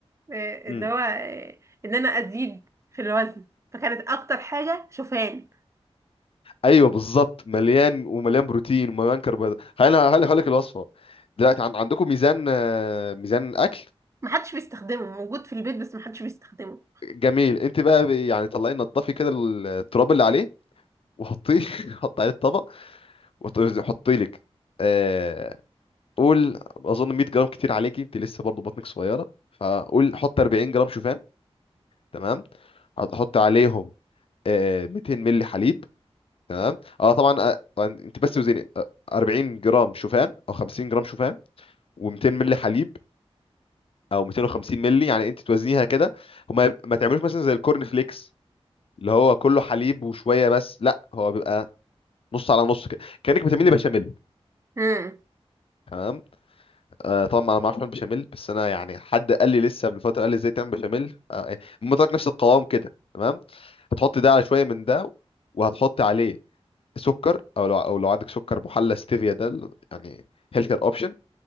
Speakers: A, on the right; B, on the left.
A: آه،
B: امم
A: اللي هو آه، ان انا ازيد في الوزن فكانت اكتر حاجه شوفان
B: ايوه بالظبط مليان ومليان بروتين ومليان كربوهيدرات خلينا هقول لك الوصفه دلوقتي عن... عندكم ميزان آه، ميزان اكل
A: محدش بيستخدمه موجود في البيت بس محدش بيستخدمه
B: جميل انت بقى يعني طلعي نضفي كده التراب اللي عليه وحطيه <laughs> حطي عليه الطبق وحطي لك آه قول اظن 100 جرام كتير عليكي انت لسه برضو بطنك صغيره فقول حط 40 جرام شوفان تمام هتحط عليهم آه 200 مللي حليب تمام اه طبعا آه طبعاً انت بس وزني آه، 40 جرام شوفان او 50 جرام شوفان و200 مللي حليب او 250 مللي يعني انت توزنيها كده هما ما تعملوش مثلا زي الكورن فليكس اللي هو كله حليب وشويه بس لا هو بيبقى نص على نص كده كانك بتعملي بشاميل
A: امم
B: تمام آه طبعا انا ما اعرفش اعمل بشاميل بس انا يعني حد قال لي لسه من فتره قال لي ازاي تعمل بشاميل آه، إيه، المهم طلعت نفس القوام كده تمام هتحطي ده على شويه من ده وهتحطي عليه سكر او لو او لو عندك سكر محلى ستيفيا ده ال- يعني هيلثر اوبشن